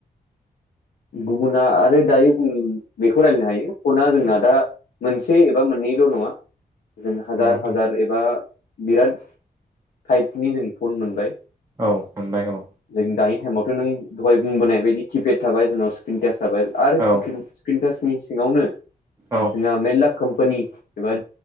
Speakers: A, on the left (about 80°); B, on the right (about 20°).
A: गुबुना आरो दायो बेखौ रायलायनो हायो फना जोंना दा मोनसे एबा मोननैल' नङा जों हाजार
B: नङा
A: हाजार एबा बिराद टाइपनि जों फन मोनबाय
B: औ मोनबाय औ
A: जों दानि टाइमावथ' नों दहाय बुंबोनायबादि किपेत थाबाय जोंनाव स्क्रिनटास थाबाय आरो
B: औ
A: स्क्रिन स्क्रिनतासनि सिङावनो जोंहा
B: औ
A: मेरला कम्पानि एबा